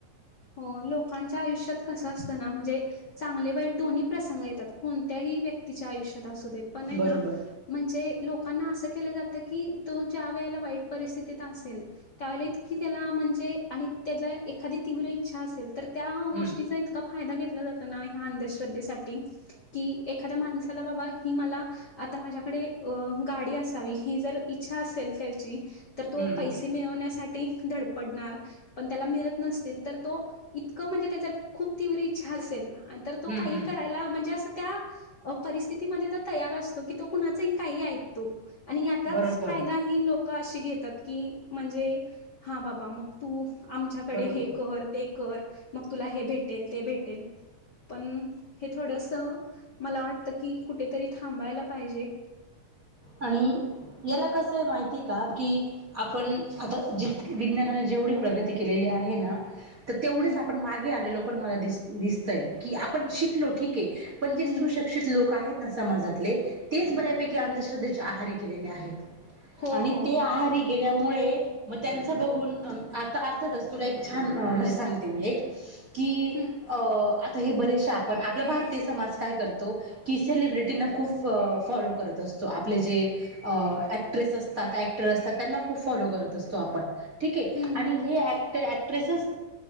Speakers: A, on the left (about 40°); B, on the right (about 30°).
A: हो लोकांच्या आयुष्यात कस असत ना म्हणजे चांगले वाईट दोही प्रसंग येतात कोणत्याही व्यक्तीच्या आयुष्या असूदे पणेना
B: बरोबर
A: म्हणजे लो काना असं केलं जातं की तो ज्या वेळेला वाईट परिस्थितीत असेल. त्यावेळेला इतकी त्याला म्हणजे आणि त्याला एखादी तीव्र इच्छा असेल, तर त्या
B: हम्म
A: गोष्टीचा इतका फादा घेतला जातो ना या अंनद्धेश्रधेसाठी की एखाद्या माणसाला बाबा ही मला आता माझ्याकडे गाडी असावी ही जर इछा असे त्याची तर तो
B: हम्म
A: पैसे
B: हम्म
A: मिळावण्या साठी धडपडणार, पण त्याला मिळत नसतील तर तो इतक म्हणजे त्याच्यात खूप तीव्र इच्छा असेल तो
B: हम्म
A: काही
B: हम्म
A: करायला म्हणजे अस त्या परिस्थितीमध्ये तयार असतो की तो कुणाचही काही ऐकतो. आणि याचाच
B: बरोबर
A: फायदा ही लोकं अशी घेतात, की म्हणजे हां बाबा मग तू आमच्याकडे
B: बरोबर
A: हे कर ते कर मग तुला हे भेटेल ते भेटेल पण हे थोडस मला वाटतं की कुठेतरी थांबायला पाहिजे.
B: आणि याला कसये माहितीय का? कि आपण आता ज विज्ञानाने जेवढी प्रगती केलेली आहे ना. तर तेवढेच
A: हम्म
B: आपण मागे आलेलो पण मला दिस दिसतय की आपण शिकलो ठीके पण जे सुशिक्षीत
A: हम्म
B: लोक आहेत ना समाजातले तेच बऱ्यापैकी
A: हम्म
B: आंधश्र धे आहारी गेलेले आहेत.
A: हो
B: आणि
A: हो
B: ते
A: हो
B: आहारी गेल्या मुळे मग त्यांच बघून आता अर्थातच तुला एक छान म्हणजे सांगते मी एक कि
A: हम्म
B: अ आता हे बरेचसे आपण आपला भारतीय समाज काय करतो. की सेलिब्रिटींना
A: हम्म
B: खूप फॉलो करत असतो. आपले जे अ ऍक्ट्रेस असतात, ऍक्टर असतात, त्यांना खूप फॉलो करत असतो आपण. ठीके
A: हम्म
B: आणि हे ॲक तर ऍक्ट्रेसच